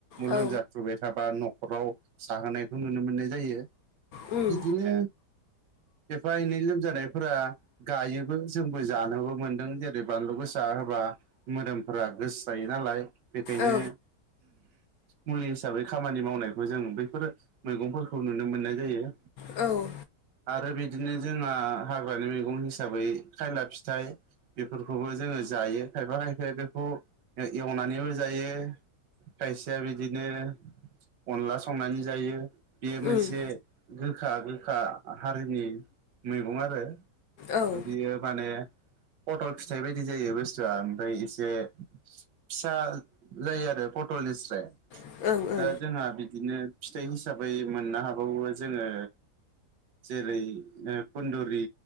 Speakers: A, on the left; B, on the right.
A: औ
B: लोमजाथुबाय थाबा न'खराव साहोनायखौ नुनो मोननाय जायो
A: उम
B: बिदिनो एफा एनै लोमजानायफोरा गायोबो जोंबो जानोबो मोनदों जेरै बानलु गोसा होबा मोदोमफोरा गोसो जायो नालाय बेखायनो
A: औ
B: मुलि हिसाबै खामानि मावनायखौ जों बैफोर मैगंफोरखौ नुनो मोननाय जायो
A: औ
B: आरो बिदिनो जोंहा हाग्रानि मैगं हिसाबै खायला फिथाइ बेफोरखौबो जोङो जायो खायफा खायफाया बेखौ एवनानैबो जायो खायसेया बिदिनो अनला संनानै जायो बेयो मोनसे
A: उम
B: गोखा गोखा हारिनि मैगं आरो
A: औ ओं
B: बियो माने पथल फिथाइ बायदि जायो बुस्थुआ ओमफ्राय एसे फिसा जायो आरो पटलनिस्राय
A: ओ
B: दा जोंहा बिदिनो फिथाइ हिसाबै मोननो हाबावो जोङो जेरै कन्दुरि